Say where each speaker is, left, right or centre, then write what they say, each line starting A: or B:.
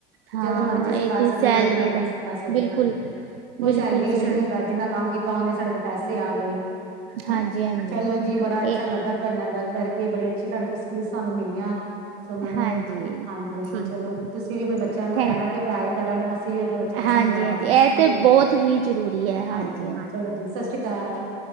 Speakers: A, on the right; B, on the right.
A: ਹਾਂ
B: ਜਦੋਂ ਮਰਜ਼ੀ ਅਸੀਂ
A: ਇਹ
B: ਕਰ
A: ਕੋਈ
B: ਸਕਦੇ
A: ਸੈਲਰੀ
B: ਜਦੋਂ ਮਰਜ਼ੀ
A: ਦਾ
B: ਅਸੀਂ ਕਰ ਸਕਦੇ
A: ਬਿਲਕੁਲ
B: ਆ। ਕੋਈ
A: ਬਿਲਕੁਲ
B: ਸੈਲਰੀ ਇਸ਼ੂ
A: ਸਹੀ
B: ਨੀ ਹੁੰਦਾ ਜਿੰਨਾ ਕੰਮ ਕੀਤਾ ਓਨੇ ਸਾਡੇ ਕੋਲ ਪੈਸੇ ਆ ਗਏ। ਹਨਾ
A: ਹਾਂਜੀ। ਹਾਂਜੀ
B: ਚਲੋ ਜੀ ਬੜਾ ਅੱਛਾ
A: ਇਹ
B: ਲੱਗਾ ਤੁਹਾਡੇ ਨਾਲ ਗੱਲ ਕਰਕੇ ਬੜੇ ਅੱਛੇ ਤੁਹਾਡੇ ਕੋਲ ਸਕਿਲਸ ਸਾਨੂੰ ਮੀਲੀਆਂ। ਸੁਨਣ
A: ਹਾਂਜੀ
B: ਨੂੰ ਹਾਂਜੀ-ਹਾਂਜੀ
A: ਠੀਕ
B: ਚਲੋ ਤੁਸੀਂ ਵੀ ਆਪਣੇ ਬੱਚਿਆਂ
A: ਹੈ
B: ਨੂੰ
A: ਥੈਂਕ
B: ਕਹਿਣਾ ਕਿ
A: ਯੂ
B: ਪੜਾਈ ਕਰਨ ਅਸੀ ਵੀ ਆਪਣੇ ਬੱਚਿਆਂ ਨੂੰ
A: ਹਾਂਜੀ
B: ਸਮਝਾਵਾਂਗੇ
A: ਹਾਂਜੀ ਇਹ
B: ਠੀਕ
A: ਤੇ
B: ਹੈ ਜੀ,
A: ਬਹੁਤ ਹੀ ਜ਼ਰੂਰੀ ਹੈ ਹਾਂਜੀ
B: ਹਾਂਜੀ-ਹਾਂਜੀ। ਚਲੋ ਜੀ ਸਾਸ਼੍ਰੀ ਕਾਲ।